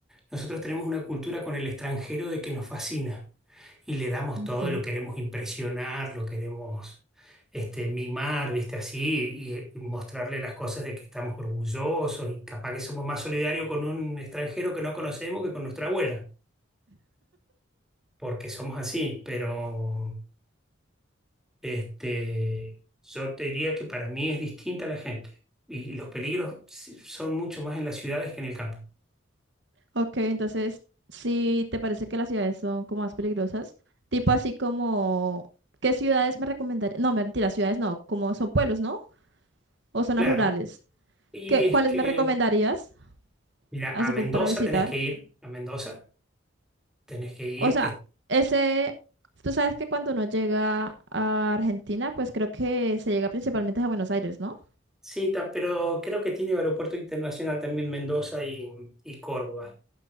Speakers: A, in the centre; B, on the right (about 60°).
A: Nosotros tenemos una cultura con el extranjero de que nos fascina y le damos
B: ok.
A: todo, lo queremos impresionar, lo queremos este, mimar, ¿viste? Así, y, eh, mostrarle las cosas de que estamos orgullosos y capaz que somos más solidarios con un extranjero que no conocemos que con nuestra abuela, porque somos así, pero este, yo te diría que para mí es distinta la gente y los peligros s- son mucho más en las ciudades que en el campo.
B: Ok, entonces, si te parece que las ciudades son como más peligrosas, tipo así como, ¿qué ciudades me recomendarías? No, mentira, ciudades no, como son pueblos, ¿no? o zonas
A: Claro,
B: rurales.
A: y
B: ¿Qué,
A: es
B: cuáles
A: que
B: me recomendarías?
A: Mira,
B: Así
A: a Mendoza
B: como para visitar.
A: tenés que ir, a Mendoza tenés que ir,
B: O sea,
A: que
B: ese, tú sabes que cuando uno llega a Argentina, pues creo que se llega principalmente a Buenos Aires, ¿no?
A: sí, ta- pero creo que tiene aeropuerto internacional también Mendoza y, y Córdoba,